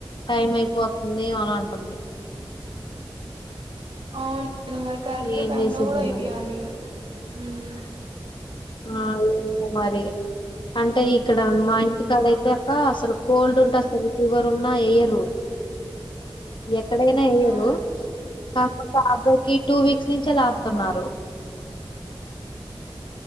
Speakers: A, on the left (about 60°); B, on the right (about 85°).
A: టైం అయిపోతుంది. అనంటుంది.
B: అవునుగాదా మరి కరెక్ట్
A: ఏం
B: టైం
A: చేసిద్దో
B: లో వేపియాలి.
A: మరి
B: ఉమ్
A: ఆ ఉండు మరిగా. అంటే ఇక్కడ, మా ఇంటికాడైతే అక్క, అసలు కోల్డ్ ఉంటే అసలు ఫీవర్ ఉన్నా ఎయ్యరు. ఎక్కడైనా
B: అవునా
A: ఎయ్యలు. పాపా కి టూ వీక్స్ నుంచే లాపుతున్నారు.